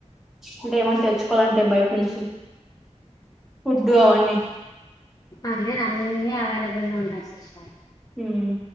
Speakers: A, in the centre; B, on the left (about 30°).
A: అంటే ఏమన్నా తెచ్చుకోవాలంటే బయట నుంచి ఫుడ్ అవన్నీ
B: అలేదు అన్నీ అవైలబుల్ గా ఉన్నాయి చష
A: మ్మ్